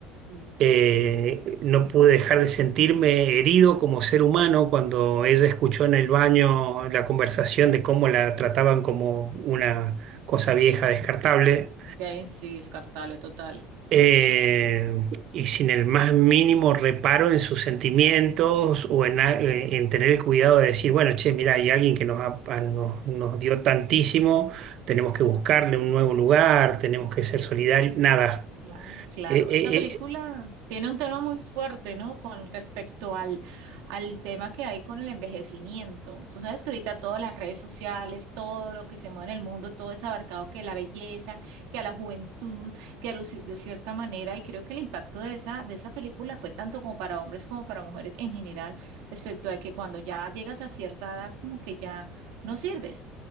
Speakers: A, on the right; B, on the right.
A: Mm.
B: eh, no pude dejar de sentirme herido como ser humano cuando ella escuchó en el baño la conversación de cómo la trataban como una cosa vieja, descartable,
A: Ya en sí, descartable total.
B: eh, y sin el más mínimo reparo en sus sentimientos o en, a- eh, en tener el cuidado de decir, bueno, che, mira, hay alguien que nos, ha- a- nos, nos dio tantísimo, tenemos que buscarle un nuevo lugar, tenemos que ser solidarios, nada.
A: Claro, claro.
B: Eh, eh,
A: Esa película
B: eh,
A: tiene un tema muy fuerte, ¿no? Con respecto al, al tema que hay con el envejecimiento. Tú sabes que ahorita todas las redes sociales, todo lo que se mueve en el mundo, todo es abarcado que la belleza, que a la juventud, que a lucir de cierta manera. Y creo que el impacto de esa, de esa película fue tanto como para hombres como para mujeres en general, respecto a que cuando ya llegas a cierta edad, como que ya no sirves.